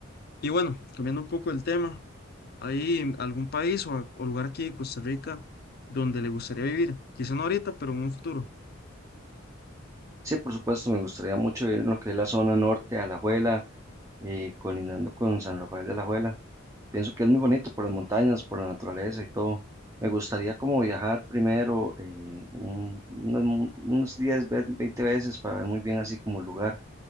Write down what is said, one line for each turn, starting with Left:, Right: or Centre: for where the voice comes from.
Left: Y bueno, cambiando un poco el tema, ¿hay algún país o, o lugar aquí de Costa Rica donde le gustaría vivir? Quizá no ahorita, pero en un futuro.
Right: Sí, por supuesto, me gustaría mucho ir en lo que es la zona norte, Alajuela, eh, colindando con San Rafael de Alajuela. Pienso que es muy bonito por las montañas, por la naturaleza y todo. Me gustaría como viajar primero eh, un- unas mu- unos 10, ve- 20 veces para ver muy bien así como el lugar,